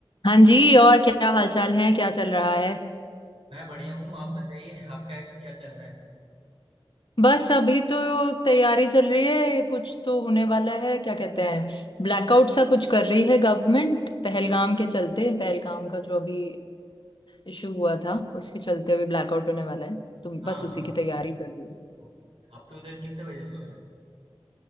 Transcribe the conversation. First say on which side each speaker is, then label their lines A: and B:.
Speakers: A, on the left (about 60°); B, on the right (about 75°).
A: हाँ जी और क्या हालचाल है क्या चल रहा है
B: मैं बढ़िया हूँ आप बताइए आपका क्या चल रहा है
A: बस अभी तो तैयारी चल रही है कुछ तो होने वाला है क्या कहते हैं ब्लैकआउट सा कुछ कर रही है गवर्नमेंट पहलगाम के चलते पहलगाम का जो अभी इशू हुआ था उसके चलते अभी ब्लैकआउट होने वाला है तो
B: हाँ
A: बस उसी
B: हाँ
A: की तैयारी चल रही है
B: तो आपके उधर कितने बजे से हो रहा है